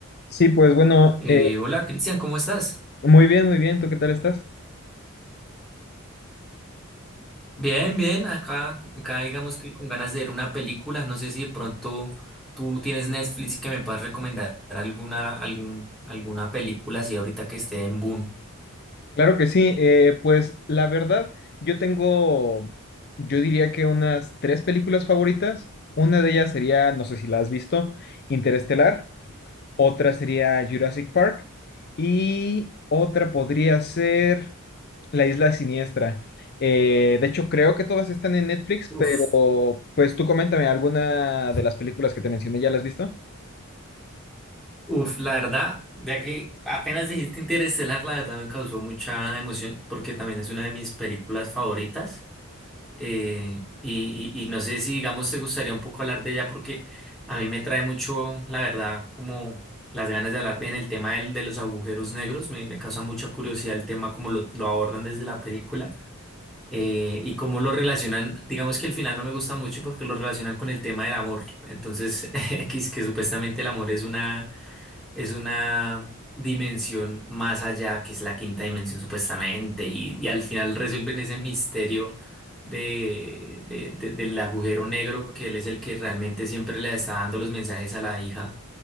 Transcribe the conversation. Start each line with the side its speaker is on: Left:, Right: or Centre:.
Left: Sí, pues bueno,
Centre: Eh,
Left: eh,
Centre: hola Cristian, ¿cómo estás?
Left: muy bien, muy bien. ¿Tú qué tal estás?
Centre: Bien, bien, acá, acá digamos que con ganas de ver una película, no sé si de pronto tú tienes Netflix y que me puedas recomendar alguna, algún, alguna película así ahorita que esté en boom.
Left: Claro que sí. eh, pues la verdad, yo tengo, yo diría que unas tres películas favoritas. Una de ellas sería, no sé si la has visto, Interestelar. Otra sería Jurassic Park. Y otra podría ser La Isla Siniestra. Eh, de hecho, creo que todas están en Netflix,
Centre: Uf,
Left: pero pues tú coméntame, ¿alguna de las películas que te mencioné ya las has visto?
Centre: uf, la verdad, ya que apenas dijiste Interestelar, la verdad me causó mucha emoción porque también es una de mis películas favoritas. Eh, y, y- y no sé si, digamos, te gustaría un poco hablar de ella porque a mí me trae mucho, la verdad, como las ganas de hablar en el tema del- de los agujeros negros. Me, me causa mucha curiosidad el tema, como lo, lo abordan desde la película eh, y cómo lo relacionan. Digamos que el final no me gusta mucho porque lo relacionan con el tema del amor. Entonces, <laughs> que, es que supuestamente el amor es una es una dimensión más allá, que es la quinta dimensión supuestamente, y, y al final resuelven ese misterio de, de- de- del agujero negro, que él es el que realmente siempre le está dando los mensajes a la hija.